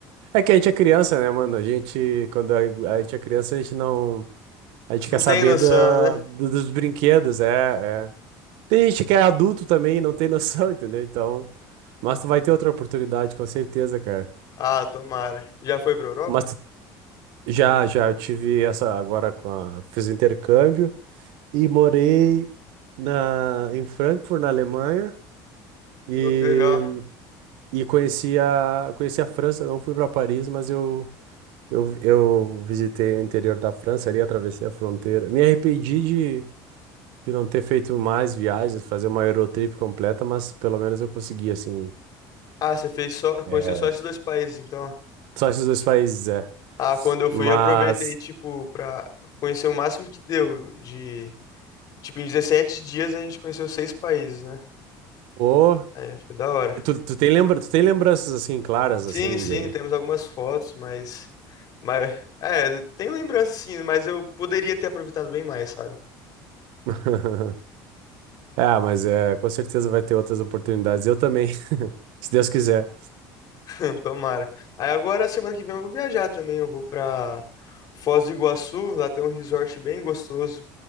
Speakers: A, on the right (about 80°); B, on the left (about 45°).
A: É que a gente é criança, né, mano? A gente, quando a, a gente é criança, a gente não. A gente
B: não
A: quer
B: tem
A: saber
B: noção,
A: da,
B: né?
A: do- dos brinquedos, é, é. Tem gente que é adulto também e não tem noção, <laughs> entendeu? Então. Mas tu vai ter outra oportunidade, com certeza, cara.
B: Ah, tomara. Já foi pra Europa?
A: Mas tu- já, já, eu tive essa agora com a. Fiz o intercâmbio e morei na, em Frankfurt, na Alemanha. E.
B: Pô, que legal.
A: E conheci a, conheci a França, não fui para Paris, mas eu, eu, eu visitei o interior da França ali, atravessei a fronteira. Me arrependi de, de não ter feito mais viagens, fazer uma Eurotrip completa, mas pelo menos eu consegui, assim.
B: Ah, você fez só, conheceu
A: É.
B: só esses dois países, então.
A: Só esses dois países, é.
B: Ah, quando eu fui,
A: Mas,
B: aproveitei, tipo, pra conhecer o máximo que deu de, tipo, em 17 dias a gente conheceu seis países, né?
A: pô,
B: É, foi da hora.
A: e tu, tu tem lembra, tu tem lembranças, assim, claras,
B: Sim,
A: assim,
B: sim,
A: de...
B: temos algumas fotos, mas, mas, é, tenho lembrança sim, mas eu poderia ter aproveitado bem mais, sabe?
A: <laughs> É, mas é, com certeza vai ter outras oportunidades. Eu também, <laughs> se Deus quiser.
B: <laughs> Tomara. Aí agora, semana que vem eu vou viajar também, eu vou pra Foz do Iguaçu, lá tem um resort bem gostoso